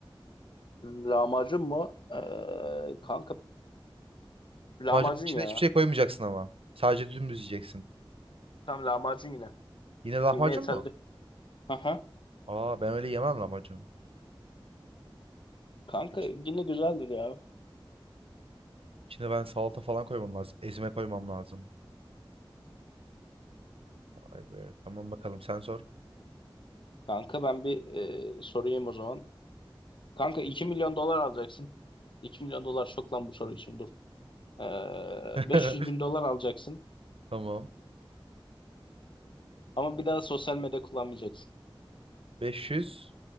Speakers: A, on the left; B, on the right.
A: Lahmacun mu? Eee, kanka lahmacun
B: Lahmacunun içine
A: ya.
B: hiçbir şey koymayacaksın ama. Sadece dümdüz yiyeceksin.
A: Tam lahmacun yine.
B: Yine
A: Kıyma
B: lahmacun
A: yeterli.
B: mu?
A: <laughs>
B: Aa ben öyle yemem lahmacunu.
A: Kanka
B: İç-
A: yine güzeldir ya.
B: İçine ben salata falan koymam lazım. Ezme koymam lazım. Vay be. Tamam bakalım sen sor.
A: Kanka ben bir e, sorayım o zaman. Kanka 2 milyon dolar alacaksın. 2 milyon dolar çok lan bu soru için dur. Ee,
B: <laughs>
A: beş yüz bin dolar alacaksın.
B: Tamam.
A: Ama bir daha sosyal medya kullanmayacaksın.
B: 500